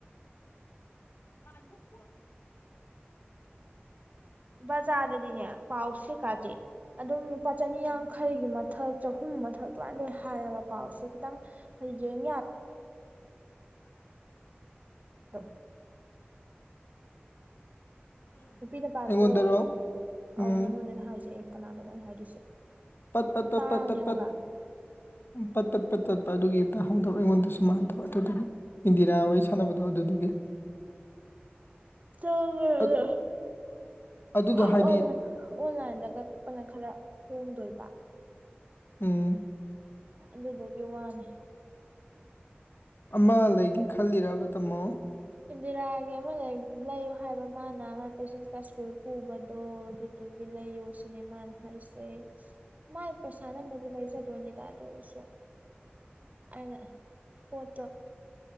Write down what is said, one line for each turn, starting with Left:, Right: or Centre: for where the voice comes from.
Left: ꯍ <inaudible>
Right: ꯕꯥꯖꯔ ꯗꯥꯗꯤꯅꯦ ꯄꯥꯎꯁꯦ ꯀꯥꯥꯁꯦ ꯑꯗꯨꯝ ꯂꯨꯄꯥ ꯆꯅꯤ ꯌꯥꯡꯈꯩꯒꯤ ꯃꯊꯛ ꯆꯍꯨꯝ ꯃꯊꯛ ꯑꯗꯨꯝꯃꯥꯢ ꯂꯣꯏ ꯍꯥꯏꯌꯦꯕ ꯄꯥꯎꯁꯦ ꯈꯤꯇꯪ ꯌꯦꯡ <inaudible> ꯅꯨꯄꯤꯅ ꯄꯥꯝꯕꯗꯣ
Left: ꯑꯩꯉꯣꯟꯗꯔꯣ ꯎꯝ
Right: ꯑꯧ ꯅꯪꯉꯣꯟꯗꯅ ꯍꯥꯏꯁꯦ ꯀꯅꯥꯗꯣ ꯑꯩꯅ ꯍꯥꯏꯗꯣꯏꯁꯦ
Left: ꯄꯠ ꯄꯠ ꯄ
Right: ꯇꯥꯡꯉꯦ
Left: ꯄ ꯄ ꯄ
Right: ꯍꯥꯏꯕ
Left: ꯄ ꯄ ꯄ ꯇꯠ ꯑꯗꯨꯒꯤ ꯇꯥꯍꯧꯗꯕ ꯑꯩꯉꯣꯟꯗꯁꯨ ꯃꯥꯟꯅꯗꯕ ꯑꯗꯨꯗꯨꯒꯤ ꯏꯟꯗꯤꯔꯥ ꯋꯥꯔꯤ ꯁꯥꯟꯅꯕꯗꯣ ꯑꯗꯨꯗꯨꯒꯤ
Right: ꯆꯉꯗ
Left: ꯑ ꯑꯗꯨꯗꯣ
Right: <inaudible>
Left: ꯍꯥꯏꯗꯤ
Right: ꯑꯣꯟꯂꯥꯏꯟꯗ ꯀꯛꯄꯅ ꯈꯔ ꯍꯣꯡꯗꯣꯏꯕ
Left: ꯎꯝ
Right: ꯑꯗꯨꯗꯨꯒꯤ ꯋꯥꯅꯦ
Left: ꯑꯃ ꯂꯩꯒꯦ ꯈꯜꯂꯤꯔꯕ ꯇꯥꯝꯃꯣ
Right: ꯏꯟꯗꯤꯔꯥꯒꯤ ꯑꯃ ꯂꯩ ꯂꯩꯌꯨ ꯍꯥꯏꯕ ꯃꯥꯅ ꯃꯥ ꯄꯩꯆ ꯀ ꯁꯀꯨꯜ ꯄꯨꯕꯗꯣ ꯑꯗꯨꯒꯤ ꯂꯩꯌꯣ ꯁꯤꯅꯦꯃꯥꯅ ꯍꯥꯏꯁꯦ ꯃꯥꯏ ꯄꯩꯁꯥꯅꯕꯨꯗꯤ ꯂꯩꯖꯗꯣꯏꯅꯤ ꯑꯗꯣꯑꯣꯢꯔꯁꯨ ꯑꯩꯅ ꯄꯣꯠꯇꯣ